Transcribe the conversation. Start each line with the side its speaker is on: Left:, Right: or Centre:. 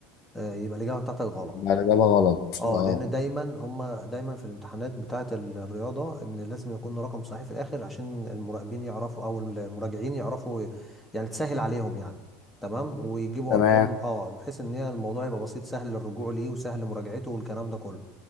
Centre: آه، يبقى الاجابه بتاعتك غلط
Left: ده الاجابه غلط
Centre: اه
Left: اه
Centre: لان دايما هم دايما في الامتحانات بتاعه الرياضه ان لازم يكون رقم صحيح في الاخر عشان المراقبين يعرفوا او المراجعين يعرفوا ي- يعني تسهل عليهم يعني تمام ويجيبوا
Left: تمام
Centre: ارقام اه بحيث ان هي الموضوع يبقى بسيط سهل للرجوع ليه وسهل لمراجعته والكلام ده كله